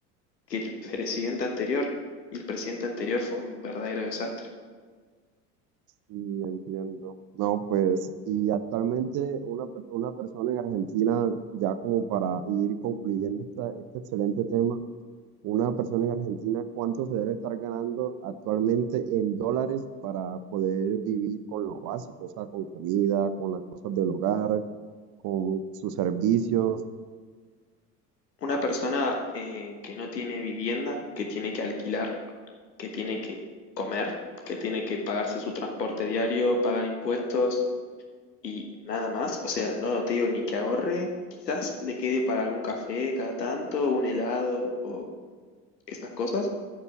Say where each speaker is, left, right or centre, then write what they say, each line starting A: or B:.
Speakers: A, on the left; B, on the right.
A: que el presidente anterior. Y el presidente anterior fue un verdadero desastre.
B: Y entiendo. No, pues, y actualmente una, per- una persona en Argentina, ya como para ir concluyendo esta- este excelente tema, una persona en Argentina, ¿cuánto se debe estar ganando actualmente en dólares para poder vivir con lo básico? O sea, con comida, con las cosas del hogar, con sus servicios.
A: Una persona eh, que no tiene vivienda, que tiene que alquilar, que tiene que comer, que tiene que pagarse su transporte diario, pagar impuestos y nada más. O sea, no no te digo ni que ahorre, quizás le quede para algún café cada tanto, un helado o esas cosas.